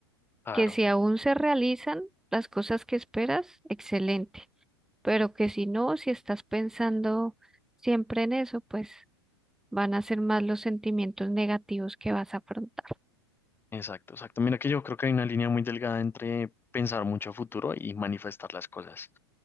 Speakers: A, on the left; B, in the centre.
A: Claro,
B: que si aún se realizan las cosas que esperas, excelente pero que si no, si estás pensando siempre en eso, pues van a ser más los sentimientos negativos que vas a afrontar.
A: exacto, exacto. Mira que yo creo que hay una línea muy delgada entre pensar mucho a futuro y manifestar las cosas.